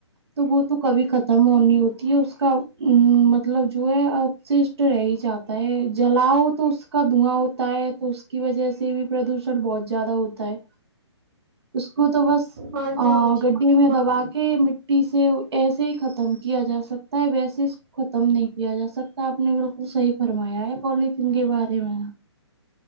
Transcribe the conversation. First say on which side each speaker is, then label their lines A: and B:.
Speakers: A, on the right; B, on the right.
A: تو وہ تو کبھی ختم ہونی ہوتی ہے اس کاو مطلب جو ہے اپششٹ رہ ہی جاتا ہے جلاؤ تو اس کا دھواں ہوتا ہے تو اس کی وجہ سے بھی پردوشن بہت زیادہ ہوتا ہے اس کو تو بس
B: ماج
A: ا
B: ماج
A: گڈے میں
B: ماج
A: دبا کے م ایسے ایسے ہی ختم کیا جا سکتا ہے ویسے ختم نہیں کیا جا سکتا آپ نے بالکل صحیح فرمایا ہے پولیتھین کے بارے میں